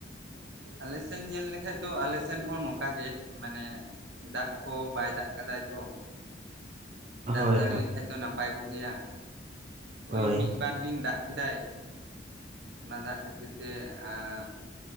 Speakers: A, on the right; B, on the right.
A: ᱟᱞᱮ ᱥᱮᱱ ᱧᱮᱞ ᱞᱮᱠᱷᱟᱡ ᱫᱚ ᱟᱞᱮ ᱥᱮᱫ ᱦᱚᱸ ᱱᱚᱝᱠᱟ ᱜᱮ ᱢᱟᱱᱮ ᱫᱟᱜ ᱠᱚ ᱵᱟᱭ ᱫᱟᱜ ᱠᱟᱫᱟᱭ ᱛᱚ, ᱫᱟᱜ
B: ᱦᱳᱭ
A: ᱡᱟᱹᱲᱤ
B: ᱦᱳᱭ
A: ᱞᱮᱠᱟᱱᱡ ᱫᱚ ᱱᱟᱯᱟᱭ ᱠᱚᱜ ᱜᱮᱭᱟ᱾ ᱳᱭ
B: ᱦᱳᱭ
A: ᱢᱤᱫᱵᱟᱨ ᱤᱧ ᱫᱟᱜ ᱠᱮᱫᱟᱭ, ᱚᱱᱟ ᱫᱟᱜ ᱠᱷᱟᱹᱛᱤᱨ ᱛᱮ ᱮᱸᱜ